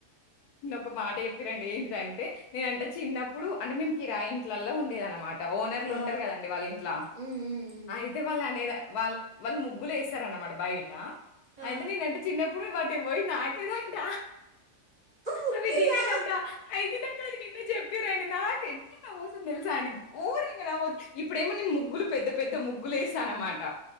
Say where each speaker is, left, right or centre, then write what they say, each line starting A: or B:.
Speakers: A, on the left; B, on the right.
A: ఒక మాట చెప్పిరండి ఏంటి అంటే నేనంటే చిన్నప్పుడు అంటే మేము కిరాయింట్లలో ఉండేది అనమాట ఓనర్లు
B: ఆ
A: ఉంటారు కదండి వాళ్ళ ఇంట్ల
B: ఉమ్ ఉమ్ ఉమ్
A: అయితే వాళ్ళ అనేది వాళ్ వాళ్ళు ముగ్గులు వేస్తార అనమాట బయిట
B: ఆ
A: అయితే నేనంటే చిన్నప్పుడు వా టే ఒయ్ నాకినంట
B: ముగ్గులా
A: అవి దినేదంటా అది వింటే చెప్పిరండి నాకెతె నవ్వొస్తుంది తెలుసా అండి ఓరుకనే ఇప్పుడేమో నేను ముగ్గులు పెద్ద పెద్ద ముగ్గులు వేస్తానునమాట